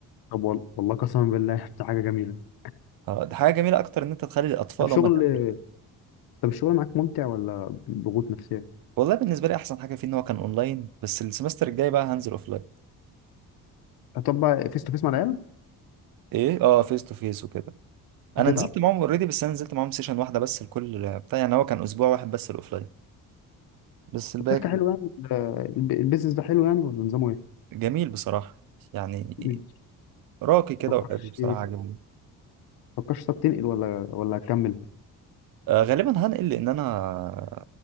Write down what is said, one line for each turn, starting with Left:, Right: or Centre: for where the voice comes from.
Left: طب وال- والله قسما بالله <laughs> دي حاجه جميله
Right: اه ده حاجة جميلة أكتر إن أنت تخلي الأطفال
Left: طب شغل
Right: هم اللي يعملوا الحاجة.
Left: طب الشغل معاك ممتع ولا ضغوط نفسيه
Right: والله بالنسبة لي أحسن حاجة فيه إن هو كان أونلاين بس السمستر الجاي بقى هنزل أوفلاين
Left: هتطبق فيس تو فيس مع العيال
Right: إيه أه فيس تو فيس وكده أنا
Left: هتتعب
Right: نزلت معاهم أوريدي بس أنا نزلت معاهم سيشن واحدة بس الكل بتاع يعني هو كان أسبوع واحد بس الأوفلاين بس الباقي
Left: طب شركه
Right: كان
Left: حلوه يعني ال- الب- البيزنس ده حلو يعني ولا نظامه ايه
Right: جميل بصراحة يعني
Left: مش
Right: راقي كده
Left: تفكرش
Right: وحلو بصراحة عجبني
Left: تفكرش طب تنقل ولا ولا هتكمل
Right: آه، غالبا هنقل لأن أنا